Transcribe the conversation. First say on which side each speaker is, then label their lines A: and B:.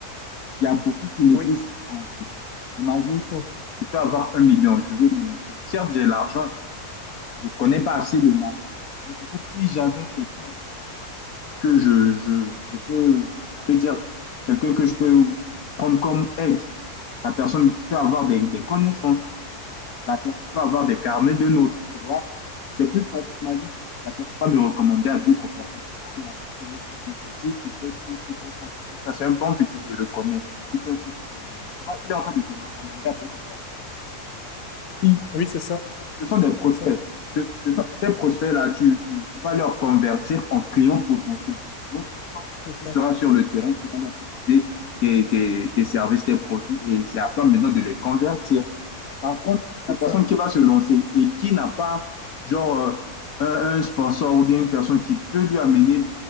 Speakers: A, on the left; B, on the left.
A: Il y a beaucoup qui négligent
B: Oui,
A: ça aussi. Imagine,
B: oui,
A: je peux avoir un million, je veux me lancer. Certes, j'ai l'argent, je ne connais pas assez le marché. Mais peut-être si j'avais quelqu'un que je, je, je peux, je peux dire, quelqu'un que je peux prendre comme aide, la personne peut avoir des, des connaissances, la personne peut avoir des carnets de notes, tu vois. C'est plus facile, imagine, la personne va me recommander à d'autres personnes. Ah, il a- il y a- il y a mon petit qui fait ci, qui fait ça, qui fait ça. C'est un bon petit, je le connais. Il fait un truc sérieux. Tu vois, il est en train de te recommander à d'autres personnes. Il
B: oui, c'est ça,
A: ce sont des prospects.
B: c'est ça,
A: Ce- ce sont- ces prospects-là, tu, tu- tu vas leur convertir en clients potentiels. Lorsque toi,
B: c'est ça,
A: tu seras sur le terrain, tu vas leur proposer tes, tes- tes services, tes produits, et c'est à toi maintenant de les convertir. Par contre, la
B: c'est
A: personne
B: ça.
A: qui va se lancer et qui n'a pas, genre, euh, un, un sponsor ou bien une personne qui peut lui amener